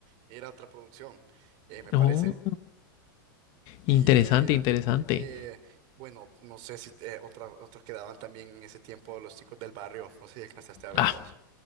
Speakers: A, on the right; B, on the left.
A: era otra producción, eh, me parece.
B: Oh,
A: Y
B: interesante,
A: eh,
B: interesante.
A: que, bueno, no sé si eh, otra- otros quedaban también en ese tiempo los chicos del barrio, no sé si alcanzaste a verlos.
B: Ah,